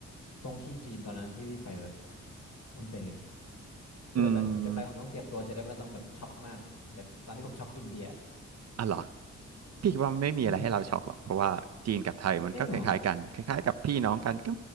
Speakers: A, on the left; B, on the right.
A: ตรงที่จีนตอนนั้นที่พี่ไปแบบมันเป็นไงเผื่อแบบผมจะไปผมต้องเตรียมตัวจะได้ไม่ต้องแบบช็อกมากแบบตอนที่ผมช็อกอินเดีย
B: อืม อ่ะเหรอพี่คิดว่าไม่มีอะไรให้เราช็อกหรอกเพราะว่าจีนกับไทยมันก็คล้ายๆกันคล้ายๆกับพี่น้องกันก็
A: อืมจริงเหรอ